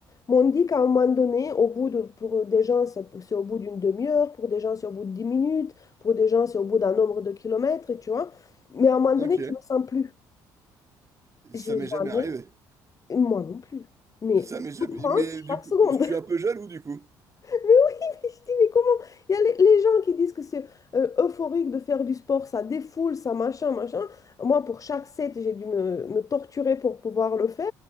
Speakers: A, on the left; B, on the right.
A: m'ont dit qu'à un moment donné, au bout de, pour des gens, ça peut- c'est au bout d'une demi-heure, pour des gens, c'est au bout de dix minutes, pour des gens, c'est au bout d'un nombre de kilomètres, tu vois. Mais à un moment
B: ok.
A: donné, tu ne le sens plus.
B: Ça
A: J'ai
B: m'est jamais
A: jamais,
B: arrivé.
A: moi non plus, mais
B: C'est ça, mais, j'ai-
A: souffrance
B: mais du
A: chaque
B: coup,
A: seconde.
B: je suis
A: <laughs>
B: un peu jaloux du coup.
A: Mais oui, mais je dis, mais comment? Il y a les, les gens qui disent que c'est euh, euphorique de faire du sport, ça défoule, ça machin, machin. Moi, pour chaque set, j'ai dû me, me torturer pour pouvoir le faire,